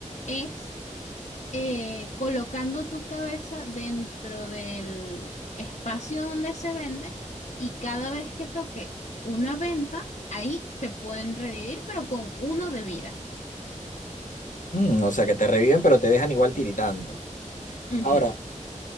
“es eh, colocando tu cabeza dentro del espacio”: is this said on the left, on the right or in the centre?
Left